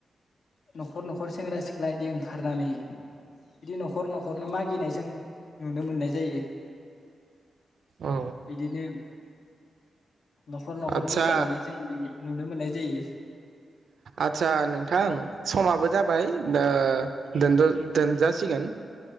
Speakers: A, on the left; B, on the right.
A: नखर नखर सेंग्रा सिख्ला इदि ओंखारनानै बिदि नखर नखरनो मागिनाय जों नुनो मोननाय जायो
B: औ
A: बिदिनो न'खर न'खर
B: आदसा
A: मोसानानै जों नुनो मोननाय जायो
B: आदसा नोंथां समाबो जाबाय दा दोनद दोनजासिगोन